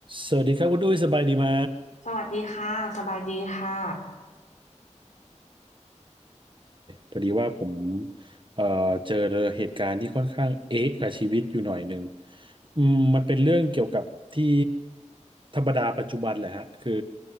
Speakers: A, on the right; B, on the left.
A: สวัสดีครับคุณดุ้ยสบายดีไหม
B: สวัสดีค่ะสบายดีค่ะ
A: พอดีว่าผมเอ่อเจอเหตุการณ์ที่ค่อนข้างเอ๊ะกับชีวิตอยู่หน่อยหนึ่งอืมมันเป็นเรื่องเกี่ยวกับที่ธรรมดาปัจจุบันแหละฮะคือ